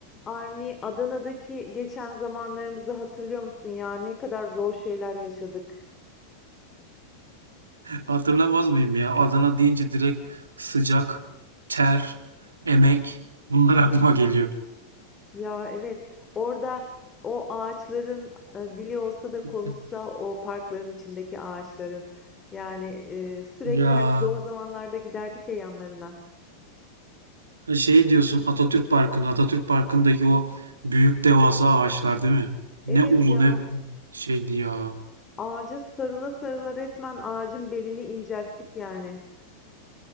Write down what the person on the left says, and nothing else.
Armi, Adana'daki geçen zamanlarımızı hatırlıyor musun ya? Ne kadar zor şeyler yaşadık.
Ya evet, orada o ağaçların e, dili olsa da
konuşsa o parkların içindeki ağaçların. Yani e, sürekli
hani zor zamanlarda giderdik ya yanlarına.
Evet
ya,
ağaca sarıla sarıla resmen ağacın belini incelttik yani.